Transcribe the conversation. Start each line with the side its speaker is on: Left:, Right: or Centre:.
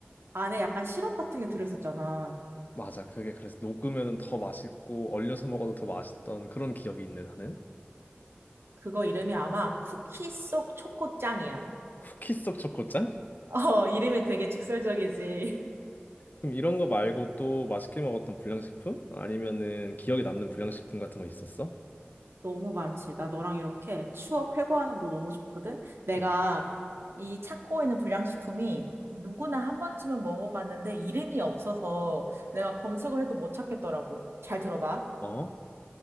Right: 안에 약간 시럽 같은 게 들어있었잖아.
Left: 맞아, 그게 그래서 녹으면 더 맛있고 얼려서 먹어도 더 맛있던 그런 기억이 있네, 나는.
Right: 그거 이름이 아마 쿠키 속 초코짱이야.
Left: 쿠키 속 초코짠?
Right: 어, 이름이 되게 직설적이지. <laughs>
Left: 그럼 이런 거 말고 또 맛있게 먹었던 불량식품? 아니면은 기억에 남는 불량식품 같은 거 있었어?
Right: 너무 많지. 나 너랑 이렇게 추억 회고하는 거 너무 좋거든? 내가
Left: 어,
Right: 이 찾고 있는 불량식품이 누구나 한 번쯤은 먹어봤는데 이름이 없어서 내가 검색을 해도 못 찾겠더라고. 잘 들어봐.
Left: 어,